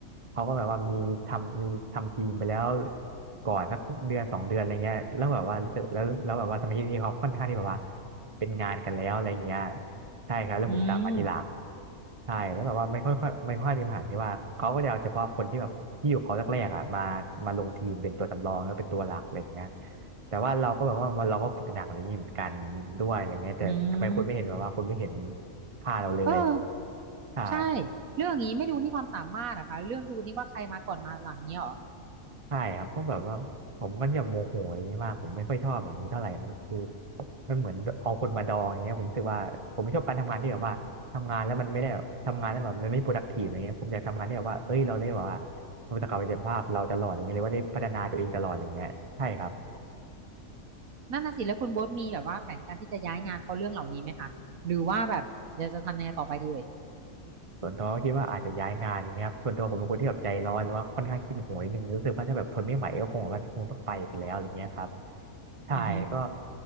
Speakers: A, on the right; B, on the right.
A: เขาก็แบบว่ามีทำมีทำทีมไปแล้วก่อนสักเดือนสองเดือนอะไรเงี้ยแล้วแบบว่ารู้สึกแล้วแล้วแบบว่าสมาชิกทีมเขาค่อนข้างที่แบบว่าเป็นงานกันแล้วอะไรเงี้ยใช่ครับแล้วผมตามมาทีหลัง
B: อืม
A: ใช่แล้วแบบว่ามันค่อยค่อยมันค่อยมีปัญหาที่ว่าเขาก็จะเอาเฉพาะคนที่แบบที่อยู่เขาแรกๆอ่ะมามาลงทีมเป็นตัวสำรองแล้วเป็นตัวหลักอะไรเงี้ย แต่ว่าเราก็แบบว่ามันเราก็ฝึกหนักอะไรอย่างนี้เหมือนกันด้วยอะไรเงี้ยแต่ทำไมคนไม่เห็นแบบว่าคนไม่เห็น
B: อืม
A: ค่าเราเลย
B: เออ
A: ใช่
B: ใช่เรื่องอย่างนี้ไม่ดูนี่ความสามารถอะคะเรื่องดูนี่ว่าใครมาก่อนมาหลังเนี้ยเหรอ
A: ใช่ครับก็แบบว่าผมก็จะโมโหอย่างเงี้ยมากผมไม่ค่อยชอบแบบนี้เท่าไหร่มันคือมันเหมือนเอาคนมาดองอย่างเงี้ยผมรู้สึกว่าผมไม่ชอบการทำงานที่แบบว่าทำงานแล้วมันไม่ได้แบบทำงานแล้วแบบมันไม่ productive อะไรเงี้ยผมอยากทำงานที่แบบว่าเอ้ยเราได้แบบว่ามีศักยภาพเราตลอดอย่างเงี้ยเลยว่าได้พัฒนาตัวเองตลอดอย่างเงี้ยใช่ครับ
B: นั่นน่ะสิแล้วคุณโบ๊ทมีแบบว่าแผนการที่จะย้ายงานเพราะเรื่องเหล่านี้ไหมคะหรือว่าแบบจะจะทำยังไงต่อไปดีเอ่ย
A: ส่วนตัวก็คิดว่าอาจจะย้ายงานอย่างเงี้ยครับส่วนตัวผมเป็นคนที่แบบใจร้อนหรือว่าค่อนข้างขี้โหยนิดนึงรู้สึกว่าถ้าแบบทนไม่ไหวก็คงแบบว่าคงต้องไปกันแล้วอะไรเงี้ยครับใช่ก็
B: อือฮึ